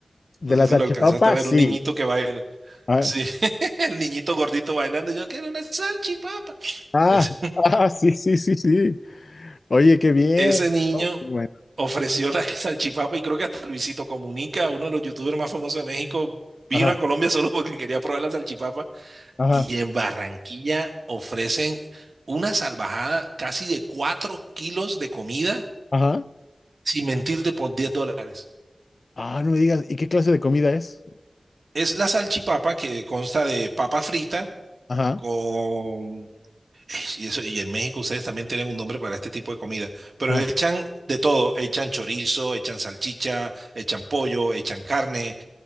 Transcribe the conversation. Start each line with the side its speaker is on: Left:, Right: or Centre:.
Left: De
Right: No sé
Left: las
Right: si
Left: salchipapas,
Right: lo alcanzaste a ver,
Left: sí.
Right: un niñito que baila.
Left: Ah,
Right: Sí, <laughs> el niñito gordito bailando. Yo quiero una salchipapa.
Left: ah,
Right: Es-
Left: ah, sí, sí, sí, sí. Oye, qué bien.
Right: ese niño
Left: Oh, qué bueno.
Right: ofreció la que salchipapa y creo que hasta Luisito Comunica, uno de los youtubers más famosos de México, vino
Left: Ajá,
Right: a Colombia <laughs> solo porque quería probar la salchipapa.
Left: ajá,
Right: Y en Barranquilla ofrecen una salvajada casi de 4 kilos de comida,
Left: ajá.
Right: sin mentirte, por 10 dólares.
Left: Ah, no me digas, ¿y qué clase de comida es?
Right: Es la salchipapa que consta de papa frita
Left: Ajá,
Right: con... Y, eso, y en México ustedes también tienen un nombre para este tipo de comida, pero
Left: ajá.
Right: echan de todo, echan chorizo, echan salchicha, echan pollo, echan carne,